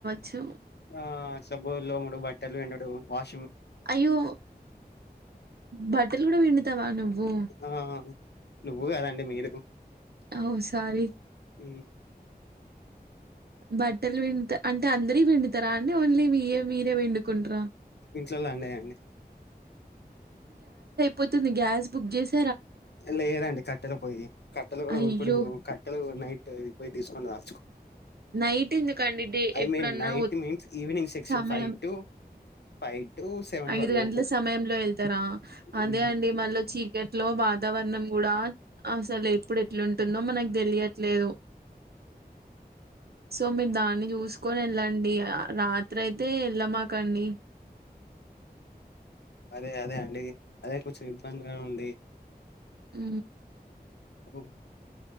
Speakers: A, on the right; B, on the left.
A: చ్చు
B: ఆ స బోళ్ళు తోముడం బట్టలు పిండడం వాష్
A: అయ్యో బట్టలు కూడా పిండుతావా నువ్వు
B: ఆ నువ్వు కదండి మీరు
A: ఓ సారీ
B: ఉ
A: బట్టలు పిండుత అంటే అందరి పిండుతారా అండి ఓన్లీ మీవీ మీరే పిండుకుంటార
B: ఇంట్లోల్ల అందరివీ అండి
A: పోతుంది గ్యాస్ బుక్ చేసి
B: లేదండి కట్టెలు పోయి కట్టలు కూడా
A: అయ్యో
B: ఇప్పుడు కట్టెలు నైట్ అంటే పోయి తీసుకుండదా
A: నైట్ ఎందుకండి డే
B: ఐ
A: ఎప్పుడన్నా
B: మీన్ night means evening section
A: సమయం
B: five టు ఫైవ్ టు సెవెన్
A: ఐదు
B: వర
A: గంటల
B: లోపు
A: సమయంలో వెళ్తారా అదే
B: ఉహు.
A: అండి మళ్ళీ చీకట్లో వాతావరణం కూడా అసలే ఎట్లుందో మనకు తెలియట్లేదు సో మీరు దాన్ని చూసుకొని వెళ్ళండి డి ఆ రాత్ రాత్రి అయితే ఎళ్ళమాకండి
B: అదే అదే అండి అదే కొంచెం ఇబ్బందిగా ఉంది
A: ఉ
B: ఓ